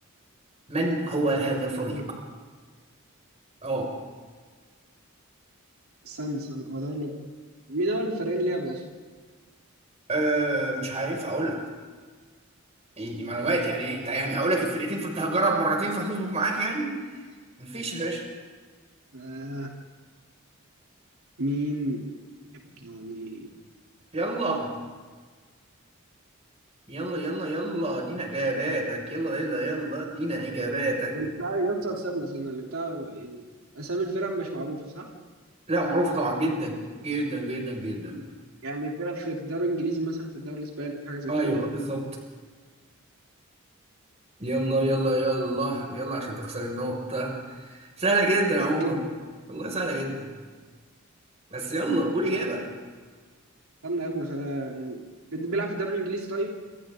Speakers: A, on the right; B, on the right.
A: من هو هذا الفريق؟
B: مم.
A: اه
B: سان سان هو ده اللي... مين أول فريقين لعبوا أصلا؟
A: آه، مش هينفع أقول لك يعني دي معلومات يعني أنت يعني هقول لك الفرقتين فأنت هتجرب مرتين فهتظبط معاك يعني مفيش يا باشا
B: آه مين يعني
A: يلا يلا يلا يلا ادينا إجاباتك يلا يلا يلا ادينا إجاباتك
B: بتاع يسطا استنى استنى اللي بتاع أسامي الفرق مش معروفة صح؟
A: لا معروفة طبعا جدا جدا جدا جدا
B: يعني فرق في الدوري الإنجليزي مثلا في الدوري الإسباني في حاجة زي
A: أيوه
B: كده
A: بالظبط يلا يلا يلا يلا عشان تخسر النقطة سهلة جدا
B: متأكد
A: عموما والله سهلة جدا بس يلا قول إجابة
B: استنى يا ابني خلينا يعني بيلعب في الدوري الإنجليزي طيب